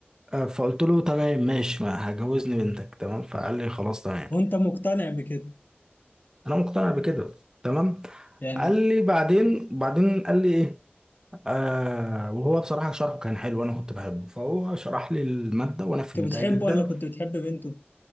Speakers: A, on the right; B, on the left.
A: آه، فقلت له تمام ماشي ما هجوزني بنتك تمام فقال لي خلاص تمام
B: وانت مقتنع بكده
A: انا مقتنع بكده تمام
B: يعني
A: قال لي بعدين بعدين قال لي ايه آه وهو بصراحة شرحه كان حلو انا كنت بحبه فهو شرح لي المادة وانا فهمتها
B: كنت بتحبه
A: جدا
B: ولا كنت بتحب بنته؟